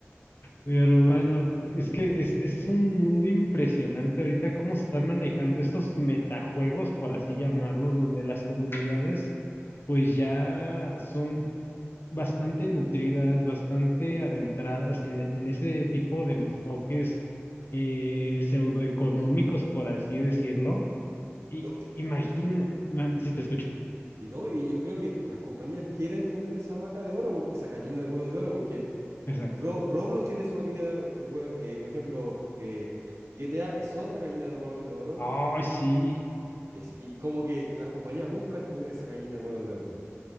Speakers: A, on the left (about 50°); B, on the right (about 85°).
A: mi hermano, es que es, es un mundo impresionante ahorita cómo se están manejando esos metajuegos, por así llamarlos, donde las comunidades pues ya son bastante nutridas, bastante adentradas en, en ese tipo de enfoques eh, pseudoeconómicos, por así decirlo. Y
B: No, y
A: imagina, no, si te escucho,
B: y no, y yo creo que las compañías quieren tener esa vaca de oro, porque, esa gallina de huevos de oro, porque
A: o sea,
B: Ro- Roblox tiene su gallina, de hue- eh, por ejemplo, Ro- eh, GTA es otra gallina de huevos de oro,
A: ay, sí.
B: Es, y como que las compañías buscan tener esa gallina de huevos de oro.